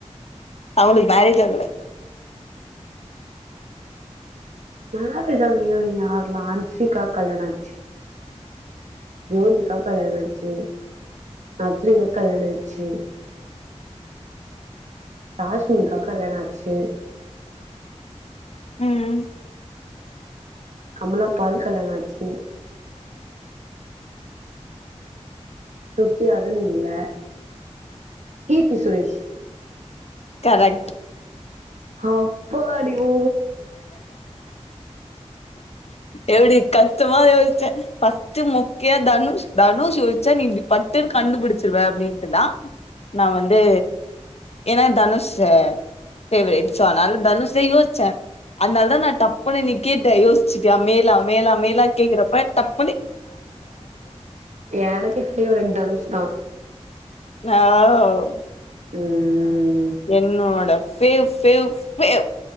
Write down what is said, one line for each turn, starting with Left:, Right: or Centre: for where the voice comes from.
Left: அவுளுக் மேரேஜ் ஆகுல
Right: மேரேஜ் ஆகாத ஹீரோயின் யார்லா ஹன்சிகாக் கல்யாண ஆச்சு ஜோதிகா கல்யாணாச்சு நஸ்ரியாக் கல்யாணாயிடுச்சு ராஷ்மிகாக் கல்யாண ஆச்சு
Left: ம்
Right: அமலா பால் கல்யாணாச்சு ஸ்ருதிஹாசன் இல்ல கீர்த்தி சுரேஷ்
Left: கரெக்ட்
Right: அப்பாடி ஓ
Left: எப்டி கஷ்டமா யோசிச்ச ஃபஸ்டு மொக்கையா தனுஸ் தனுஸ் யோசிச்சா நீ இப்டி பட்டுன் கண்டுபிடிச்சிருவ அப்டின்ட்டுதா நா வந்து ஏன்னா தனுஷ் ஆ ஃபேவரேட் சோ ஆனாலு தனுஷே யோஸ்ச்ச அத்னால தா நா டப்புன்னு நீ கேட்ட யோஸ்ச்ச த்யா மேலா மேலா மேலா கேக்குறப்ப டப்புண்ணி
Right: எனக்கு ஃபேவரட் தனுஷ்தா
Left: வாவ்
Right: ம்
Left: என்னோட ஃபேவ் ஃபேவ் ஃபேவ்